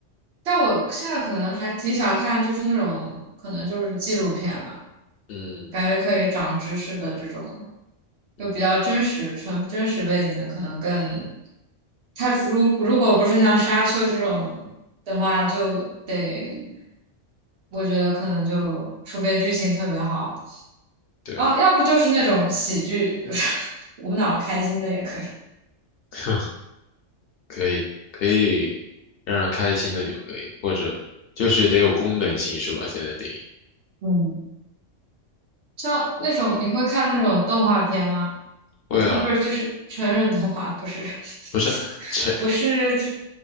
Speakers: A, on the right (about 60°); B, on the left (about 60°).
A: 但我现在可能还挺喜欢看，就是那种可能就是纪录片吧，
B: 嗯
A: 感觉可以长知识的这种，
B: 嗯，
A: 就比较真实、纯真实背景的，可能更。它如如果不是像《沙丘》这种的话，就得我觉得可能就除非剧情特别好。
B: 对
A: 哦，要不就是那种喜剧，就是 <laughs> 无脑开心的也可以。
B: <laughs>，可以可以让人开心的就可以，或者就是得有功能性是吧？现在电影
A: 嗯，像那种你会看那种动画片吗？
B: 会啊，
A: 呃不是不是，就是成人动画，不是
B: 不是成
A: <laughs> 不是